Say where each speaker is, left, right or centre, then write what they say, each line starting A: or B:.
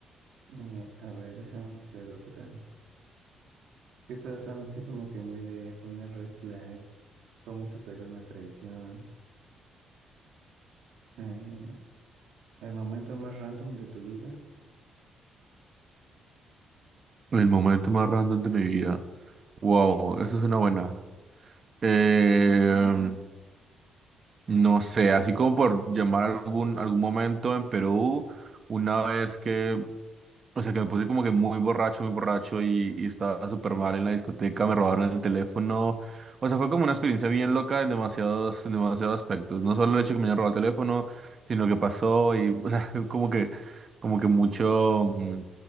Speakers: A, on the right; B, on the right.
A: Eh, A ver, déjame buscar otra. Que todas son así como que muy de una red flag, cómo superar una traición, eh, el momento más random de tu vida.
B: El momento más random de mi vida. Wow, esa es una buena. Eh, No sé, así como por llamar algún, algún momento en Perú, una vez que, o sea, que me puse como que muy borracho, muy borracho y, y estaba súper mal en la discoteca, me robaron el teléfono. O sea, fue como una experiencia bien loca en demasiados, en demasiados aspectos. No solo el hecho de que me hayan robado el teléfono, sino que pasó y, o sea, <laughs> como que, como que mucho, mm,